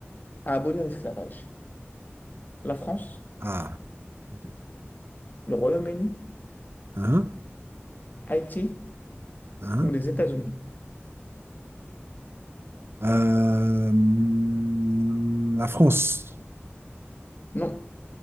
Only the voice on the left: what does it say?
à abolir l'esclavage? La France,
le Royaume-Uni,
Haïti
ou les États-Unis?
Non,